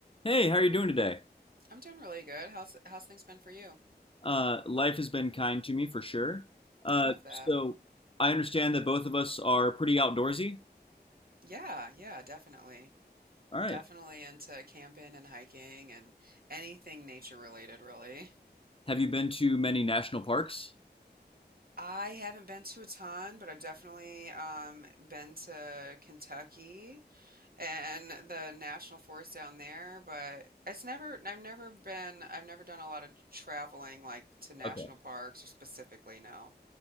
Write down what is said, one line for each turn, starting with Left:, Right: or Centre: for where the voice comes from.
Left: Hey, how are you doing today?
Right: I'm doing really good. How's how's things been for you?
Left: Uh, life has been kind to me for sure. Uh,
Right: I love that.
Left: so I understand that both of us are pretty outdoorsy.
Right: Yeah, yeah, definitely.
Left: All right.
Right: Definitely into camping and hiking and anything nature related, really.
Left: Have you been to many national parks?
Right: I haven't been to a ton, but I've definitely um, been to Kentucky and the national forest down there. But it's never, I've never been, I've never done a lot of traveling like to national
Left: Okay.
Right: parks or specifically, no,